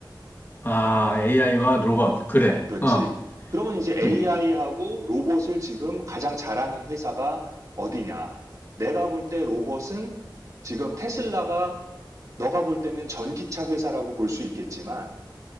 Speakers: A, on the left; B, on the right.
A: 아, AI와 로봇. 그래.
B: 그렇지.
A: 어.
B: 그러면 이제 AI하고
A: 음.
B: 로봇을 지금 가장 잘하는 회사가 어디냐? 내가 볼 때 로봇은 지금 테슬라가 너가 볼 때는 전기차 회사라고 볼 수 있겠지만,